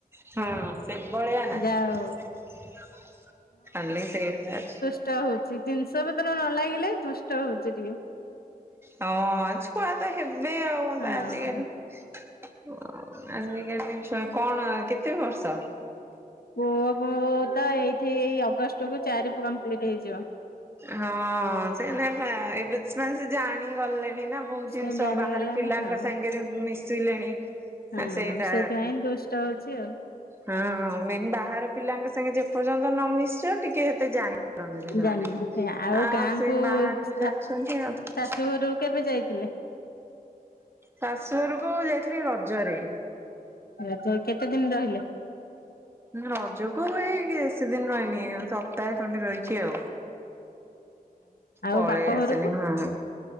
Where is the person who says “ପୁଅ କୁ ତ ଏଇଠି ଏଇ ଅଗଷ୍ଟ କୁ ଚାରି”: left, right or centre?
Left